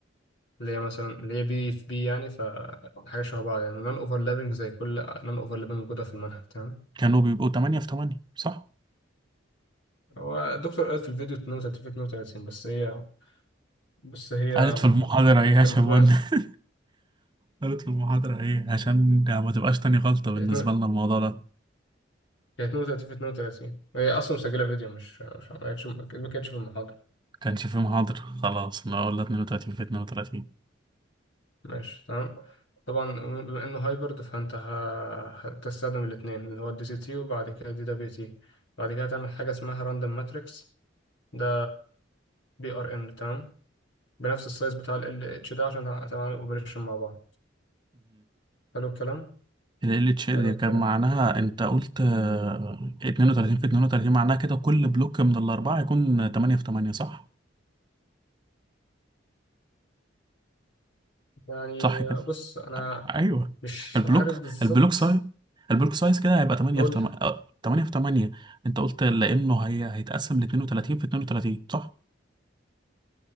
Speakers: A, on the left; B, on the right.
A: اللي هي مثلا اللي هي بي في بي يعني فحاجه شبه بعض يعني نون اوفرلابنج زي كل نون اوفرلابنج موجوده في المنهج تمام
B: كانوا بيبقوا تمانية في تمانية صح؟
A: هو الدكتور قالت في الفيديو 32 في 32 بس هي بس هي
B: قالت في المحاضرة
A: يعني
B: ايه
A: كان
B: عشان
A: مكتوب
B: ولا <laughs> قالت في المحاضرة ايه عشان ما تبقاش تاني غلطة بالنسبة
A: اتنين-
B: لنا الموضوع ده
A: كانت 32 في 32 هي اصلا مسجله فيديو مش مش ما كانتش ما كانتش في المحاضره
B: كانش في محاضرة خلاص انا قلنا 32 في 32
A: ماشي تمام طبعا بما انه هايبرد فانت ه- هتستخدم الاثنين اللي هو الدي سي تي وبعد كده دي دبليو تي بعد كده تعمل حاجه اسمها راندوم ماتريكس ده بي ار ان تمام بنفس السايز بتاع ال اتش ده عشان هتعمل اوبريشن مع بعض حلو الكلام
B: ال LHL
A: حلو
B: هي
A: الكلام
B: كان معناها انت قلت آه، 32 في 32 معناها كده كل بلوك من الاربعه يكون 8 في 8 صح؟
A: يعني
B: صح كده؟
A: بص انا
B: ايوه
A: مش
B: البلوك
A: عارف بالظبط
B: البلوك سايز البلوك سايز كده هيبقى 8
A: قول
B: في 8 8 في 8 انت قلت لانه هي هيتقسم ل 32 في 32 صح؟